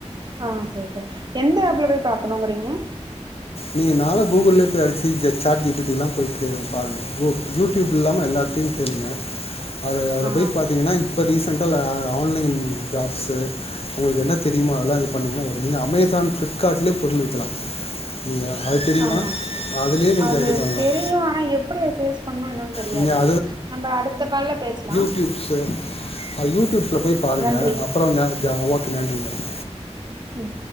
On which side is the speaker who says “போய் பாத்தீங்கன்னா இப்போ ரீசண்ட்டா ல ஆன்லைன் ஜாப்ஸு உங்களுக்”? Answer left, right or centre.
Left